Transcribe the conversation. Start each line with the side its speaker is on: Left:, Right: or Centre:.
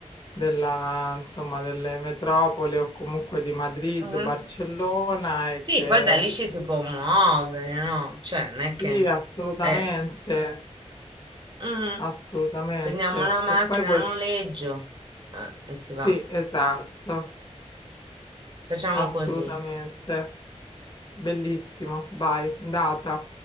Left: della, insomma, delle metropoli o comunque di Madrid,
Right: mhm.
Left: Barcellona e
Right: Sì,
Left: che
Right: poi da lì ci si può muovere, no? Cioè, non è
Left: sì,
Right: che...
Left: assolutamente,
Right: Eh, mhm.
Left: assolutamente.
Right: Prendiamo una macchina
Left: E poi puoi...
Right: a
Left: sc-
Right: noleggio eh, e si
Left: Sì,
Right: va.
Left: esatto,
Right: Facciamo
Left: assolutamente.
Right: così.
Left: Bellissimo, vai, data.